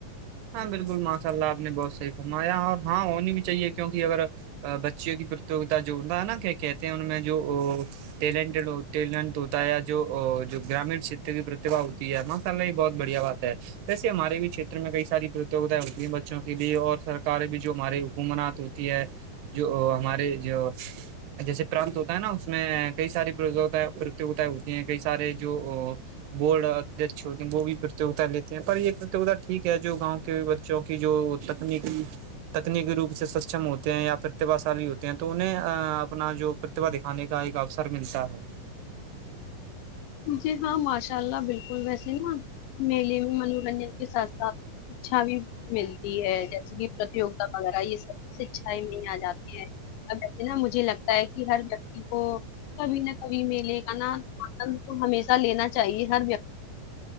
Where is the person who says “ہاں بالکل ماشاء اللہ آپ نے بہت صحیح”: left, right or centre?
Right